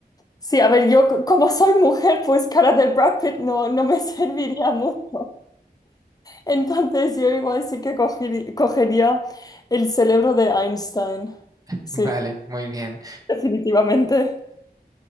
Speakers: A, on the left (about 25°); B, on the right (about 20°).
A: Sí, a ver, yo c- como soy mujer, pues cara de Brad Pitt no, no me <laughs> serviría mucho. Entonces yo igual sí que cogiri- cogería el cerebro de Einstein.
B: <laughs>
A: Sí,
B: Vale, muy bien.
A: definitivamente.